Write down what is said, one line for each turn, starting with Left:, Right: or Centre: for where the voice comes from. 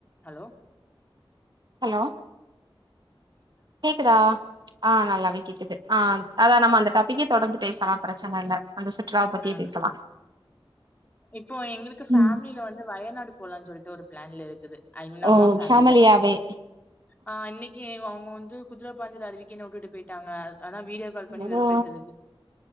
Left: ஹலோ
Right: ஹலோ கேக்குதா? ஆ நல்லாவே கேக்குது ஆ அதா நம்ம அந்த டாபிக்கே தொடர்ந்து பேசலா பிரச்சன இல்ல. அந்த சுற்றுலாவ பத்தியே
Left: ம்
Right: பேசலா.
Left: இப்போ எங்களுக்கு ஃபேமிலில
Right: ம்
Left: வந்து வயநாடு போலான்னு சொல் பிளான்ல இருக்குது அது நம்ம
Right: ஓ
Left: ஃபேமிலில
Right: ஃபேமிலியாவே
Left: ஆ இன்னக்கி அவுங்க வந் து குதிர பாஞ்சர் அருவிக்கி என்ன உட்டுட்டு போயிட்டாங்க. ஆனா வீடியோ கால் பண்ணி
Right: ஓ
Left: வெறுப்பு ஏத்துறதுக்கு